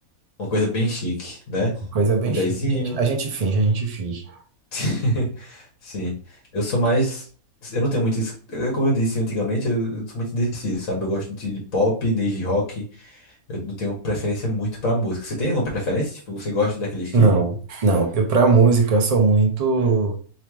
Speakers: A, on the left (about 65°); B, on the right (about 35°).
A: uma coisa bem chique, né?
B: Coisa bem
A: Um jazzinho.
B: chique. A gente, a gente finge, a gente finge.
A: <laughs> Sim. Eu sou mais. Eu não tenho muito. es- é Como eu disse antigamente, eu, eu sou muito indeciso, sabe? Eu gosto de, de pop, desde rock. Eu não tenho preferência muito pra música. Você tem alguma preferência? Tipo, você gosta daquele estilo?
B: Não, não, eu pra música eu sou muito